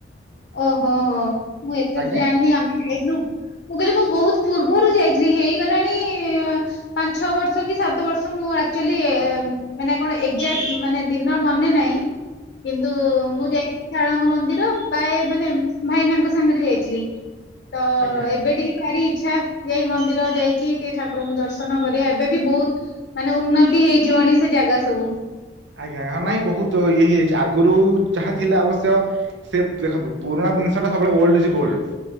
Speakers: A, on the left; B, on the right.
A: ଓହୋ ହୋ ମୁଁ ଏତେ
B: ଆଜ୍ଞା
A: ତ ଜାଣିନି ଆମେ ଯାଇଥିଲୁ। ମୁଁ କହିଲି ମୁଁ ବହୁତ ପୂର୍ବରୁ ଯାଇଥିଲି ହେଇଗଲାଣି ପାଞ୍ଚ ଛଅ ବର୍ଷ କି ସାତ ବର୍ଷ ମୁଁ ଆଚୁଆଲି ମାନେ କଣ ଏକ୍ଜାକ୍ଟ ମାନେ ଦିନ ମନେ ନହିଁ।
B: ହ
A: କିନ୍ତୁ ମୁଁ ଯାଇଛି ଶଳଙ୍ଗ ମନ୍ଦିର।। ପାଏ ମାନେ ଭାଇନାଙ୍କ ସାଙ୍ଗରେ ଯାଇଥିଲି ତ
B: ଆଜ୍ଞା।
A: ଏବେ ଟିକେ ଭାରି ଇଚଛା ଏଇ ମନ୍ଦିର ଯାଇକି ଟିକ ଠାକୁରଙ୍କୁ ଦର୍ଶନ କରିବା ଏବେ ବି ବହୁତ ମାନେ ଉନ୍ନତି ହେଇଯିବନି ସେ ଜାଗା ସବୁ।
B: ଆଜ୍ଞା ଆଜ୍
A: ଆଉ
B: ହଁ ନାଇଁ ବହୁତ ଇଏ ହେଇଯାଇଛି ଆଗରୁ ଯାହା ଥିଲା ଆବଶ୍ୟକ ସେ ଦେଖନ୍ତୁ ପୁରୁଣା ଜିନିଷଟା ସବବେଳେ ଓଲଡଛି ଗୋଲ୍ଡ।